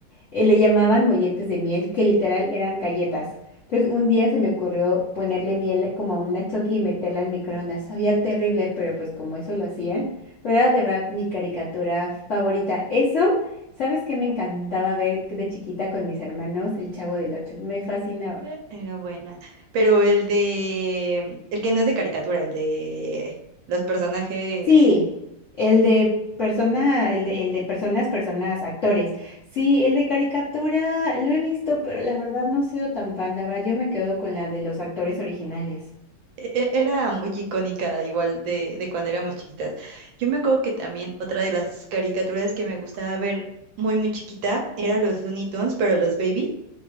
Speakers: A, on the left; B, on the right.
A: eh, le llamaban molletes de miel, que literal eran galletas. Entonces, un día se me ocurrió ponerle miel como a una choqui y meterla al microondas. Sabía terrible, pero pues como eso lo hacían. Pero era de verdad mi caricatura favorita. Eso, ¿sabes qué me encantaba ver de chiquita con mis hermanos? El Chavo del Ocho. Me fascinaba.
B: e- era buena. Pero el de, el que no es de caricatura, el de los personajes,
A: Sí, el de persona, el de, el de personas, personas, actores. Sí, el de caricatura lo he visto, pero la verdad no he sido tan fan. La verdad, yo me quedo con la de los actores originales.
B: e- e- era muy icónica, igual de, de cuando éramos chiquitas. Yo me acuerdo que también otra de las caricaturas que me gustaba ver muy, muy chiquita era los Looney Tunes, pero los Baby.